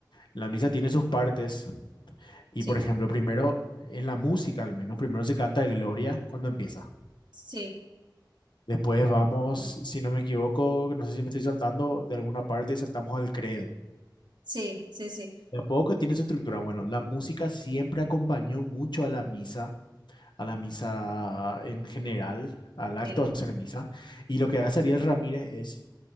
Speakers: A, on the left (about 70°); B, on the right (about 70°).
A: La misa tiene sus partes y,
B: Sí.
A: por ejemplo, primero, en la música al menos, primero se canta el Gloria cuando empieza.
B: Sí,
A: Después vamos, si no me equivoco, no sé si me estoy saltando de alguna parte, saltamos al credo.
B: sí, sí, sí,
A: De a poco tiene su estructura. Bueno, la música siempre acompañó mucho a la misa, a la misa en general, al acto
B: sí.
A: de hacer misa. Y lo que hace Ariel Ramírez es